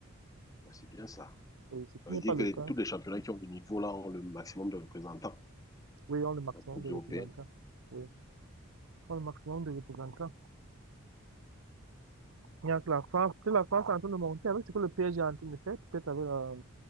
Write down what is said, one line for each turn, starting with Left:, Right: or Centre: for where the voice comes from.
Left: c'est bien ça.
Right: Oui, ce qui
Left: Ça veut
Right: n'est
Left: dire
Right: pas le
Left: que les-
Right: cas.
Left: tous les championnats qui ont le niveau là ont le maximum de représentants
Right: Oui, on le maximum
Left: en Coupe
Right: de représentants.
Left: européenne.
Right: Oui, on le maximum de représentants. Il y a que la France, que la France est en train de monter avec ce que le PSG est en train de faire, peut-être avec la-